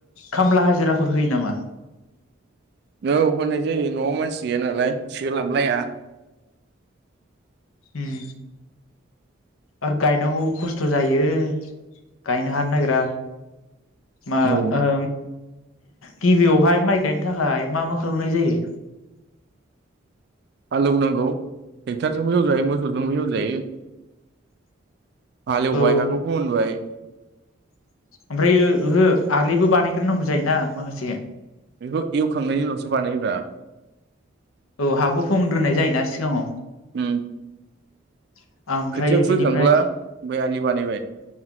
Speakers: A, on the left; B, on the right.
A: खामला हाजिराफोर होयो नामा
B: औ होनाय जायो न'आव मानसि गैया नालाय सोलाबलाया
A: उम आरो गायनांगौ खस्थ' जायो गायनो हानो नागिरा मा
B: औ
A: ओ गिबियावहाय माइ गायनो थाखाय मा मा खालामनाय जायो
B: हालौ नांगौ टेक्टरजोंबो एवजायो मोसौजोंबो एवजायो हालेवबाय
A: औ
B: हाखौ फोमोनबाय
A: ओमफ्राय ओहो आलिबो बानायग्रोनांगौ जायोना माखासे
B: बेखौ एवखांनायनि उनावसो बानायोब्रा
A: औ हाखौ फोमोनग्रोनाय जायोना सिगाङाव
B: उम
A: <unintelligible>
B: खोथिया फोखांब्ला
A: बेनिफ्राय
B: ओमफाय आलि बानायबाय